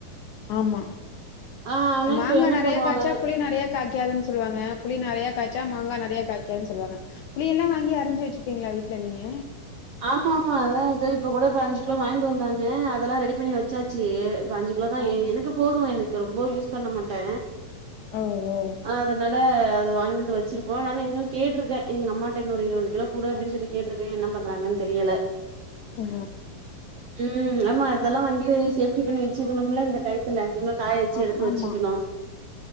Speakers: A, on the left; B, on the right.
A: ஆம்மா
B: ஆ ஆனா
A: மாங்கா
B: இப்ப என்ன
A: நெறைய
B: பண்ணுவாங்க
A: காய்ச்சா புளி நெறைய காய்காதுன் சொ ல்லுவங்க புளி நெறைய காய்ச்சா மாங்கா நெறையா காய்க்காது சொல்லுவாங்க புளிய எல்லா வாங்கி அரஞ்சு வெச்சுப்பீங்களா வீட்ல நீங்க
B: ஆமாம்மா அதா அது இப்போ கூட பைஞ்சு கிலோ வாங்கிட் வந்தாங்க அதெல்லா ரெடிப் பண்ணி வெச்சாச்சு இப்ப அஞ்சு கிலோ தா
A: ஆ
B: ஏ எனக்கு போது எனக்கு ரொம்ப யூஸ் பண்ண மாட்டே
A: ஓ ஓ
B: ஆ அதனால் அ அது வாங்கிந்து வச்சிருக்கோ ஆனா இன்னு கேட்ருகே எங்க அம்மாட்ட இன்னு ஒரு இருவது கிலோ குடு அப்டினு சொல்லி கேட்ருக்கே என்ன பண் றாங்கன்னு தெரியல
A: ஆ
B: ம் ஆமா இதெல்லா வாங்கி சேஃப்டி பண்ணி வச்சுக்கணும்ல இந்த டைட் டைட்துல சும்மா காய வச்சு
A: ஆம்
B: எடுத்து
A: ஆமா
B: வச்சுக்கணும்